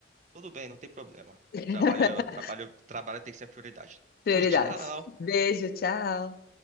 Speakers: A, on the right; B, on the left.
A: tudo bem, não tem problema.
B: <laughs>
A: Trabalho, é- trabalho, trabalho tem que ser a prioridade.
B: Prioridades.
A: Tchau, tchau.
B: Beijo, tchau.